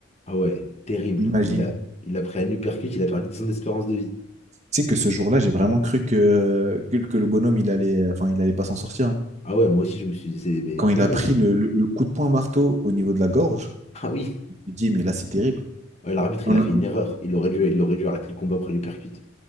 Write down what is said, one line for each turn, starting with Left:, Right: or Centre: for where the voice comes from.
Left: Ah ouais, terrible.
Right: Imagine.
Left: Il a, il a pris un uppercut, il a perdu 10 ans d'espérance de vie.
Right: Tu sais que ce jour-là, j'ai vraiment cru que, que, que le bonhomme, il allait, enfin, il allait pas s'en sortir. hein.
Left: Ah ouais, moi aussi, je me suis dit, c'est- mais
Right: Quand
Left: tout
Right: il
Left: le
Right: a
Left: monde.
Right: pris le, le- le coup de poing marteau au niveau de la gorge,
Left: Ah oui.
Right: je me suis dit, mais là, c'est terrible.
Left: Ouais, l'arbitre,
Right: On
Left: il a
Right: a-
Left: fait
Right: on-
Left: une erreur. Il aurait dû, il aurait dû arrêter le combat après l'uppercut.